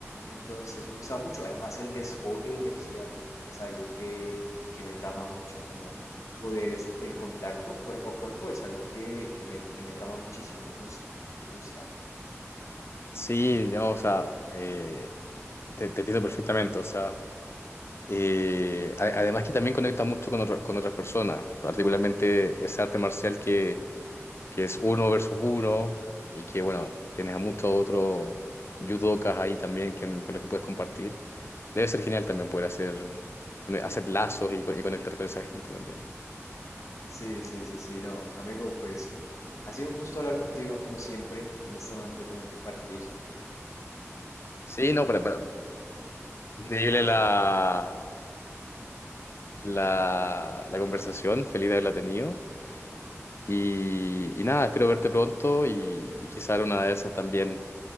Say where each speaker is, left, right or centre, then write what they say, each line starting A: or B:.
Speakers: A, on the left; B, on the left.
A: Entonces me gustaba mucho. Además, el desfogue de energía es algo que, que me trama mucho, como poder, es- el contacto cuerpo a cuerpo es algo que, que me, que me trama muchísimo, me gusta, me gusta.
B: Sí, no, o sea, eh, te, te entiendo perfectamente, o sea, eh, a- además que también conecta mucho con, otra- con otras personas, particularmente ese arte marcial que que es uno versus uno y que,
A: Ujú.
B: bueno, tienes a muchos otros judokas ahí también que- con los que puedes compartir. Debe ser genial también poder hacer, hacer lazos y, co- y conectar con esa gente también.
A: Sí, sí, sí, sí, no, amigo, pues ha sido un gusto hablar contigo como siempre. En este momento tengo que partir.
B: Sí, no, para, para- increíble la, la, la conversación, feliz de haberla tenido. Y, y nada, espero verte pronto y, y quizá en una de esas también